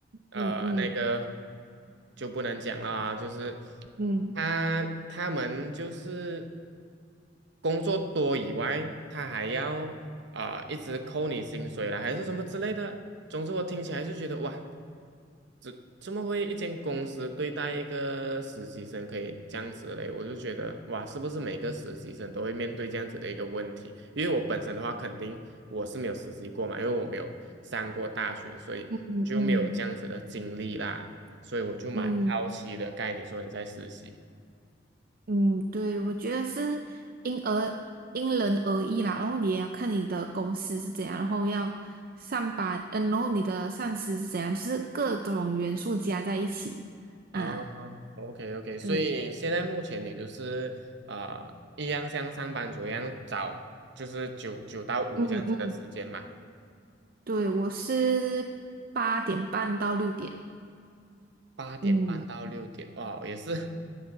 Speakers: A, on the right; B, on the right.
A: 呃，
B: 嗯嗯
A: 那个就不能讲了啊，就是
B: 嗯
A: 他他们就是工作多以外，他还要啊、一直扣你薪水啦，还是什么之类的。总之我听起来就觉得哇。这怎么会一间公司对待一个实习生可以这样子嘞？我就觉得哇，是不是每个实习生都会面对这样子的一个问题？因为我本身的话，肯定我是没有实习过嘛，因为我没有上过大学，所以就没有这样子的经历啦，
B: 嗯嗯嗯
A: 所以我就蛮好奇的。
B: 嗯，
A: 刚才你说你在实习
B: 嗯对，我觉得是因而因人而异啦。然后你也要看你的公司是怎样，然后要上班，嗯、然后你的上司是怎样，就是各种元素加在一起，
A: 啊
B: 啊，
A: ，OK OK，所以现在目前你就是啊、
B: 对。
A: 呃一样像上班族一样找，就是九九到五这样子的时间嘛。
B: 嗯嗯对，我是八点半到六点，
A: 八点半到六点，
B: 嗯，
A: 哇，也是 <laughs>